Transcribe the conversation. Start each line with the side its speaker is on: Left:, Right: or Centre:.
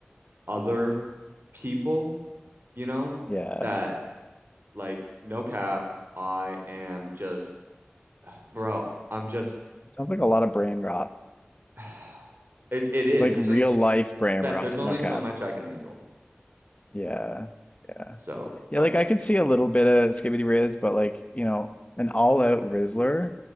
Right: other people, you know,
Left: Yeah.
Right: that like no cap, I am just, bro, I'm just
Left: Sounds like a lot of brain rot,
Right: <sighs> it it is.
Left: like
Right: There's
Left: real
Right: only s-
Left: life brain
Right: that
Left: rot.
Right: there's only
Left: No cap.
Right: so much I can handle.
Left: Yeah, yeah,
Right: So
Left: yeah.
Right: like,
Left: Like I could see a little bit of skibbity riz, but like you know, an all-out rizzler